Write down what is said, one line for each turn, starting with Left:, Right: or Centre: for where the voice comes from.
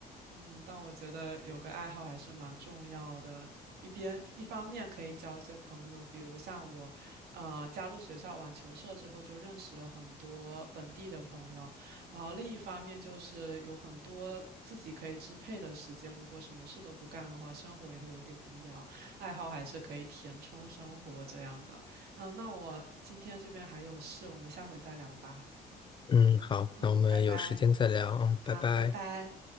Right: 嗯，但我觉得有个爱好还是蛮重要的。一边一方面可以交一些朋友，比如像我，呃，加入学校网球社之后，就认识了很多本地的朋友。然后另一方面就是有很多自己可以支配的时间，如果什么事都不干的话，生活也会有点无聊。爱好还是可以填充生活这样的。嗯，那我今天这边还有事，我们下回再聊吧。
Left: 嗯，好，
Right: 嗯，
Left: 那我们有时间再聊，
Right: 拜拜。
Left: 嗯，
Right: 好，
Left: 拜拜。
Right: 拜拜。